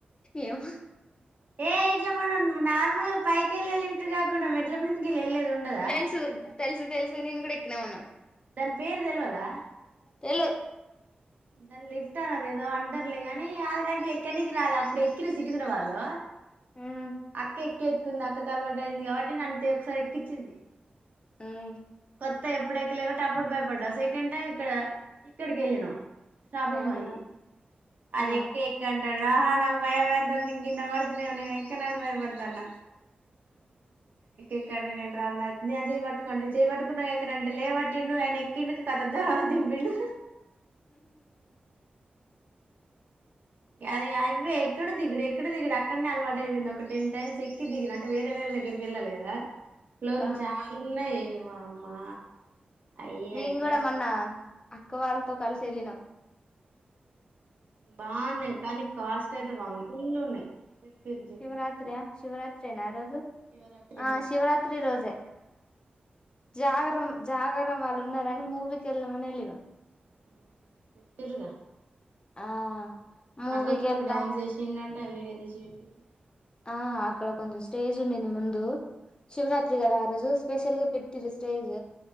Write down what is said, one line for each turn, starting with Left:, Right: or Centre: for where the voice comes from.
Left: ఏమో
Right: ఏ ఇట్లా మన నార్మల్ పైక ఎళ్లాలిఫట్గాకు మెడ్ల బింద ఎ ఇది ఉండదా
Left: తెలుసు తెలుసు తెలుసు నేను కూడా ఎక్కిన ఉన్నా
Right: దాని పేరు తెలియదా
Left: తెల
Right: దన్ లైఫ్ ట్టాన ఏదో అండర్లేగాని అది నాక ఎక్కనీకి రాలి అప్పుడు ఎక్కిన సికిందన వాళ్ళు
Left: ఉమ్
Right: అకే ఎక్క ఎక్కుంది అక్క క అలవాటు అయింది కాబట్టి న అంతే ఒకసారి ఎక్కించిది
Left: హమ్
Right: కొత్త ఎప్పుడ ఎక్కలేకట్టి అప్పుడు భయపడ్డావు సెకండ్ టైం ఇక్కడ ఇక్కడికి వెళ్ళ ను షాపింగ్
Left: ఆహా
Right: మాల్కి
Left: ఆ
Right: అదేక ఎంట రా నాక భయ భయంద నిం ఇంద మడుతనవ ఎంకా నను భయపడతాన్నా ఇక్కడ నేను రాన్నా న చేయ పట్టుకోండి చేయి పట్టుకున్నాక ఎక్కనంటే లేమట్టిండు ఆయన ఎక్కింకు కదా తర్వాత దింపిండు అదే అవే ఎక్కడు దిగుడు ఎక్కడు దిగుడు అక్కడనే అలవాటు అయిపోయింది ఒక టెన్ టైమ్స్ ఎక్కి దిగిన అంటే వేరే వేరే దగ్గరికి వెళ్ళాలి కదా ఫ్లోర్లు
Left: ఆ
Right: చాలా ఉన్నాయి వామ్మా అయి
Left: మేము
Right: ఐటమ్స్
Left: కూడా మొన్న అక్క వాళ్ళ తో కలిసి వెళ్లిన
Right: బాగున్నాయి కానీ కాస్ట్ అయితే వామ్మో ఫుల్ ఉన్నాయి చెప్పిరు చెప్పు
Left: శివరాత్రయా శివరాత్రేనా ఆ రోజు
Right: శివరాత్రిని
Left: ఆ శివరాత్రి రోజే జాగరం జాగారం వాళ్ళు ఉన్నారని మూవీకి వెళ్దామని వెళ్లినాం
Right: ఉమ్ చెప్పిరుగ
Left: ఆ మూవీకి
Right: అక్క కూడా
Left: వెళ్తా
Right: ఇప్పుడు డ్యాన్స్ చేసిందాంట వీడియో తీసి పెట్టిరు
Left: ఆ అక్కడ కొంచెం స్టేజ్ ఉండింది ముందు శివరాత్రి కదా ఆ రోజు స్పెషల్గా పెట్టింది స్టేజ్